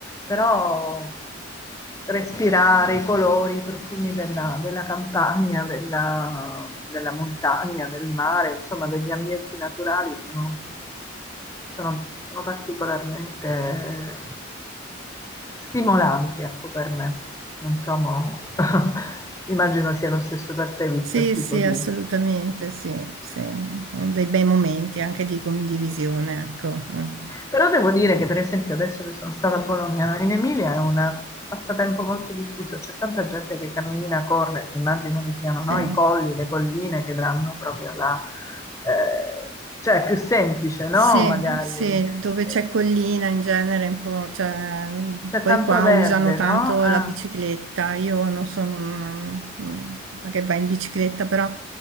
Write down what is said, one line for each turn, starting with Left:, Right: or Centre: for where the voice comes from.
Left: però respirare i colori, i profumi della, della campagna, della, della montagna, del mare, insomma degli ambienti naturali sono, sono- sono particolarmente eh, stimolanti, ecco, per me. Non so, mo- <laughs> immagino sia lo stesso per te, visto
Right: Sì,
Left: il tipo
Right: sì,
Left: di
Right: assolutamente, sì, sì. Sono dei bei momenti anche di condivisione, ecco. Mm.
Left: Però devo dire che per esempio adesso che sono stata a Bologna, in Emilia è un passatempo molto diffuso, c'è tanta gente che cammina, corre, immagino che siano
Right: Sì.
Left: no, i colli, le colline che danno proprio la... eh, cioè è più semplice,
Right: Sì,
Left: no? Magari
Right: sì, dove
Left: eh,
Right: c'è collina in genere, un po', cioè,
Left: c'è
Right: poi
Left: tanto
Right: qua
Left: verde,
Right: usano tanto
Left: no? Ah,
Right: la bicicletta, io non sono una, una che va in bicicletta, però